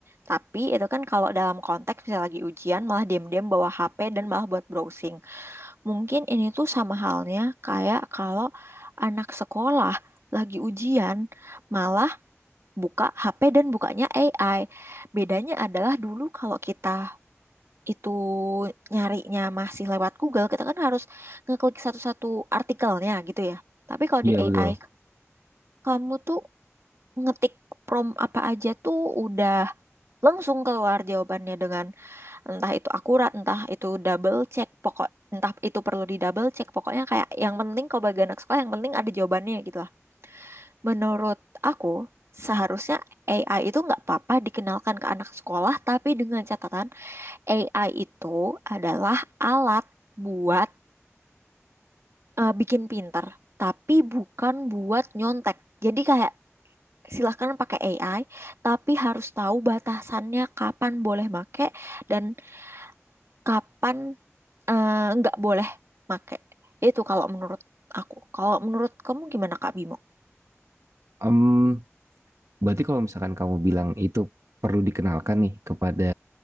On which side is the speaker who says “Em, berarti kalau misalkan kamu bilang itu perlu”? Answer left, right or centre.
Right